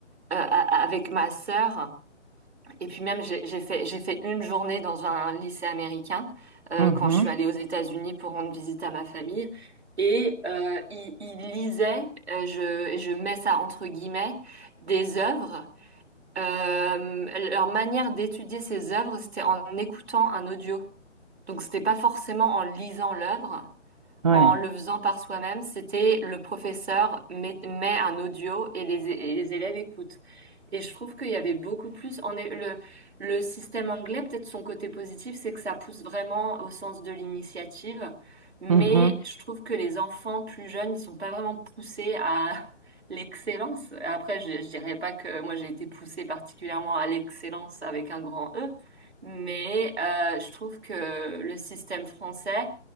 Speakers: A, on the right; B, on the right.
A: euh, a- avec ma sœur. Et puis même, j'ai j'ai fait, j'ai fait une journée dans un lycée américain euh,
B: Mhm.
A: quand je suis allée aux États-Unis pour rendre visite à ma famille. Et euh, ils ils lisaient, euh, je, et je mets ça entre guillemets, des œuvres. Euh, leur manière d'étudier ces œuvres, c'était en écoutant un audio. Donc c'était pas forcément en lisant l'œuvre,
B: Ouais.
A: en le faisant par soi-même, c'était le professeur met, met un audio et les, et les élèves écoutent. Et je trouve qu'il y avait beaucoup plus. En, le, le système anglais, peut-être son côté positif, c'est que ça pousse vraiment au sens de l'initiative. Mais
B: Mhm.
A: je trouve que les enfants plus jeunes, ils sont pas vraiment poussés à <laughs> l'excellence. Après, je, je dirais pas que moi j'ai été poussée particulièrement à l'excellence avec un grand E, mais euh, je trouve que le système français